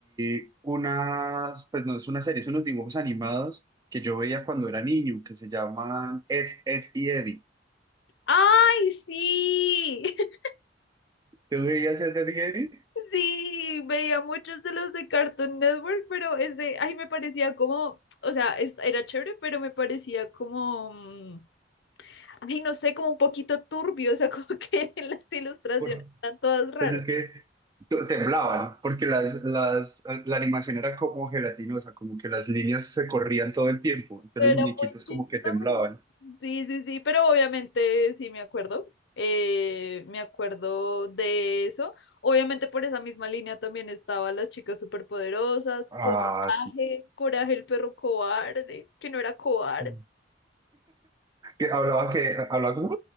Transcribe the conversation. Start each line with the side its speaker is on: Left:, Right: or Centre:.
Right: vi unas, pues no es una serie, son unos dibujos animados que yo veía cuando era niño, que se llaman Ed, Ed y Eddie.
Left: ¡Ay, sí! <laughs>
Right: ¿Tú veías Ed, Ed y Eddie?
Left: Sí, veía muchos de los de Cartoon Network, pero ese, ay, me parecía como, o sea, es- era chévere, pero me parecía como, mm, ay, no sé, como un poquito turbio, o sea, <laughs> como que las ilustraciones
Right: Por-
Left: están todas raras.
Right: pues es que t- temblaban, porque las, las, la animación era como gelatinosa, como que las líneas se corrían todo el tiempo, entonces
Left: Era
Right: los muñequitos
Left: muy chistoso.
Right: como que temblaban.
Left: Sí, sí, sí, pero obviamente sí me acuerdo. eh, me acuerdo de eso. Obviamente por esa misma línea también estaba Las chicas superpoderosas,
Right: Ah,
Left: Coraje, Coraje el perro cobarde, que no era cobarde.
Right: sí. Que hablaba que hablaba como...